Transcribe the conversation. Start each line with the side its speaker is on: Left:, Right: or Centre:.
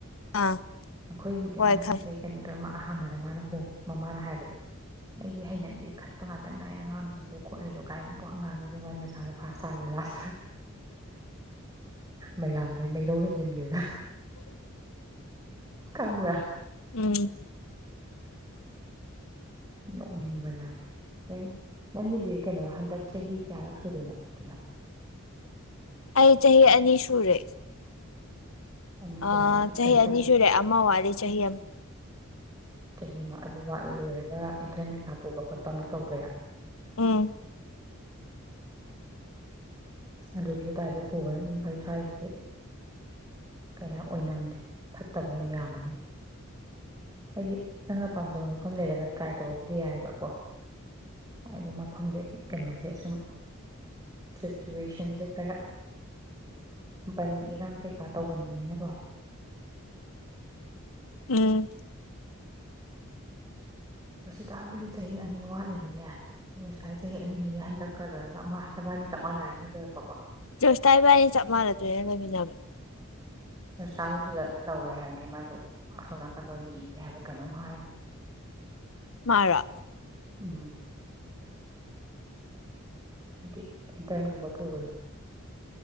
Left: ꯑꯥ
Right: ꯑꯩꯈꯣꯏꯒꯤꯗꯤ
Left: ꯍꯣꯏ
Right: ꯑꯉꯥꯡꯁꯦ
Left: ꯈꯪ
Right: ꯀꯩꯅꯣ ꯇꯧꯃ ꯑꯍꯥꯟꯕꯗ ꯃꯥꯅ ꯍꯣ ꯃꯃꯥꯅ ꯍꯥꯏꯕꯗꯣ ꯑꯩꯗꯤ ꯍꯩꯅꯗꯦ ꯈꯠꯄ ꯉꯥꯛꯇ ꯉꯥꯏ ꯑꯉꯥꯡꯁꯤꯡꯗꯣ ꯈꯣꯠꯂꯤꯗꯣ ꯀꯥꯏ ꯄꯋꯥ ꯉꯥꯡꯉꯤꯗꯣ ꯃꯥꯏ ꯃꯁꯥꯅ ꯐꯥꯁꯉ ꯂꯥꯁ ꯃꯌꯥꯝꯗꯒꯤꯩ ꯃꯩꯔꯧ ꯍꯦꯟꯖꯤꯟꯈꯤꯕꯗ ꯀꯃꯨꯔꯥ
Left: ꯎꯝ
Right: ꯅꯣꯛꯅꯤꯡꯕꯅꯦ ꯅꯪ ꯅꯪꯒꯤꯗꯤ ꯀꯩꯅꯣ ꯍꯟꯗꯛ ꯆꯍꯤ ꯀꯌꯥꯔꯛ ꯁꯨꯗꯣꯏꯅꯣ ꯇꯤꯅ
Left: ꯑꯩ ꯆꯍꯤ ꯑꯅꯤ ꯁꯨꯔꯦ
Right: ꯑꯅꯤ
Left: ꯑ
Right: ꯁꯨꯔꯦꯅ
Left: ꯆꯍꯤ
Right: ꯀꯩꯅꯣ
Left: ꯑꯅꯤ
Right: ꯇꯧꯗꯣꯏ
Left: ꯁꯨꯔꯦ ꯑꯃ ꯋꯥꯠꯂꯤꯦ ꯆꯍꯤ ꯑꯃ
Right: ꯆꯍꯤꯃ ꯑꯗꯨꯠ ꯂꯣꯏꯔꯒ ꯏꯟꯇꯔꯟ ꯀꯩꯀꯥ ꯄꯨꯕ ꯈꯣꯠꯄ ꯑꯃꯨꯛ ꯇꯧꯗꯣꯏꯔꯥ
Left: ꯎꯝ
Right: ꯑꯗꯨꯗꯤ ꯇꯗ ꯄꯨꯕ ꯑꯗꯨꯝ ꯐꯩ ꯁ꯭ꯋꯥꯏꯁꯤꯗꯤ ꯀꯌꯥ ꯑꯣꯏꯅꯝꯗꯦ ꯐꯠꯇꯕ ꯌꯥꯝ ꯌꯥꯝꯕꯅꯤꯅ ꯍꯥꯏꯗꯤ ꯅꯪꯅ ꯄꯥꯝꯖꯕ ꯃꯐꯝ ꯂꯩꯔꯒ ꯇ꯭ꯔꯥꯏ ꯇꯧꯕꯕꯨꯗꯤ ꯌꯥꯏꯕꯀꯣ ꯍꯥꯏꯗꯤ ꯃꯐꯝꯗꯤ ꯀꯩꯅꯣꯁꯦ ꯁꯨꯝ ꯁꯤꯆꯨꯋꯦꯁꯟꯁꯦ ꯈꯔ ꯕꯟ ꯏꯔꯥꯡ ꯀꯩꯀꯥ ꯇꯧꯒꯟꯕꯅꯤꯅꯀꯣ
Left: ꯎꯝ
Right: ꯃꯁꯤꯇꯥꯒꯤꯗꯤ ꯆꯍꯤ ꯑꯅꯤ ꯋꯥꯠꯂꯤꯉꯩꯅꯦ ꯁꯤꯗ ꯆꯍꯤ ꯑꯅꯤꯅꯦ ꯍꯟꯗꯛꯀ ꯂꯣꯏꯔꯒ ꯑꯃ ꯅꯕꯥꯗ ꯆꯞ ꯃꯥꯟꯅꯔꯅꯤ ꯂꯣꯏꯔꯛꯄꯀꯣ
Left: ꯆꯣꯁꯇꯥꯏꯕꯅꯤ ꯆꯥꯄꯃꯔ ꯑꯗꯨꯅꯅ
Right: ꯆꯥꯛꯆꯥꯥ ꯁꯨꯁꯤꯗ ꯇꯧꯔꯣꯏ ꯍꯥꯏꯕꯅꯤ ꯃꯥꯁꯨ ꯑꯁꯣꯝ ꯅꯥꯀꯟꯗ ꯑꯣꯏ ꯌꯦꯡꯅꯤ ꯍꯥꯏꯕ꯭ꯔ ꯀꯩꯅꯣꯝ ꯍꯥꯏꯕꯅꯤ
Left: ꯃꯥꯔꯣ
Right: ꯎꯝ ꯍꯥꯏꯗꯤ ꯏꯤꯟꯇ꯭ꯔꯟ ꯒꯨꯝꯕ ꯄꯨꯕꯗꯣ